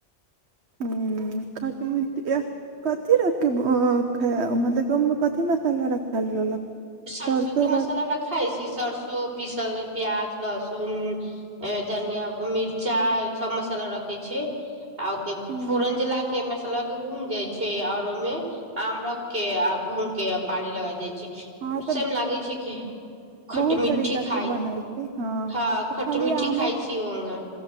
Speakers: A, on the right; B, on the right.
A: हूं खट मिठ एह कथि रख कऽ खाय मतलब गहमे कथि मसाला रखल रहलक
B: सरसों
A: सरसो
B: के मसाला
A: वा
B: वाला खा छै सरसो पीसल प्याज लहसुन धनिया मिर्चा सब मसाल रखै छै आ ओ
A: हँ
B: फोरन देला के मसला के भून जाइ छै आओर ओहिमे आम रख के आ भून के पानी लगा जाइ छै
A: हँ,
B: उसन
A: तऽ
B: लागै छै की खट
A: बहुत
B: मिठी
A: तरीका
B: खाइ
A: से बनै छै
B: हँ
A: खाली
B: खट मिठी
A: आमो
B: खााय छी ओऔंग